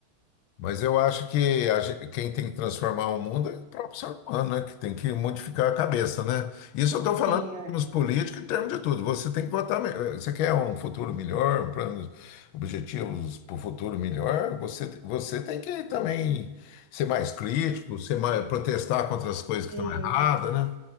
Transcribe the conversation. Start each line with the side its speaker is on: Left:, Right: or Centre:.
Left: Mas eu acho que a gen- quem tem que transformar o mundo é o próprio ser humano, né? Que tem que modificar a cabeça, né? Isso eu estou falando
Right: Sim, é.
Left: em termos políticos, em termos de tudo. Você tem que votar. me- Você quer um futuro melhor, um plano, objetivos para o futuro melhor? Você, te- você tem que também ser mais crítico, ser mais, protestar contra as coisas
Right: sim,
Left: que estão erradas, né?